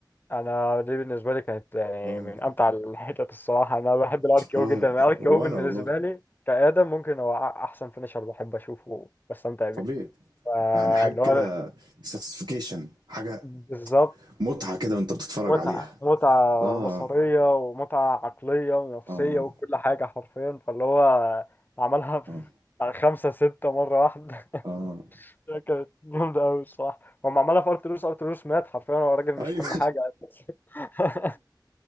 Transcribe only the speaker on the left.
انا دي بالنسبه لي كانت يعني
من امتع الحتت الصراحه انا بحب الار كي
او جدا الار كي
او بالنسبه
لي كادم ممكن هو أ- احسن فينيشر بحب اشوفه بستمتع بيه
فا
اللي هو
بالظبط
متعه
متعه
بصريه ومتعه عقليه ونفسيه
وكل حاجه حرفيا فاللي هو عملها في
بتاع خمسة ستة مرة واحدة
<laughs> كانت جامدة أوي الصراحة هم عملها في أرتلوس أرتلوس مات حرفيا هو راجل مش
حمل حاجة <laughs>